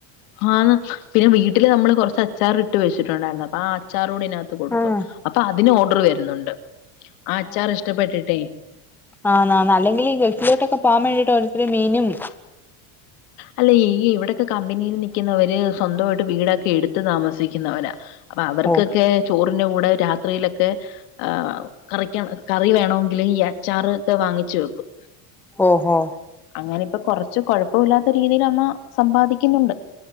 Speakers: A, on the left; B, in the centre.
A: ആഹ് പിന്നെ വീട്ടില് നമ്മള് കൊറച്ച് അച്ചാറ് ഇട്ട് വെച്ചിട്ടുണ്ടായിരുന്നു ആഹ് അച്ചാറൂടെ ഇതിനകത്ത് കൊടുക്കും
B: ആഹ്
A: അപ്പൊ അതിന് ഓർഡർ വരുന്നുണ്ട് ആഹ് അച്ചാർ ഇഷ്ടപ്പെട്ടിട്ടേ
B: ആണോ അല്ലെങ്കിൽ ഈ ഗൾഫിലോട്ടൊക്കെ പോകാൻ വേണ്ടിട്ട് ഓരോരുത്തരു മീനും
A: അല്ല ഈ ഇവിടെയൊക്കെ കമ്പനിയിൽ നിക്കുന്നവര് സ്വന്തവായിട്ട് വീടൊക്കെ എടുത്ത് താമസിക്കുന്നവരാ അപ്പൊ അവർക്കൊക്കെ
B: ഓ
A: ചോറിന്റെ കൂടെ രാത്രിയിലൊക്കെ ആഹ് കറിക്ക് കറി വേണമെങ്കില് ഈ അച്ചാറ് ഒക്കെ വാങ്ങിച്ചു വെക്കും
B: ഓഹോ
A: അങ്ങനെ ഇപ്പൊ കൊറച്ച് കൊഴപ്പമില്ലാത്ത രീതിയില് അമ്മ സമ്പാദിക്കുന്നുണ്ട്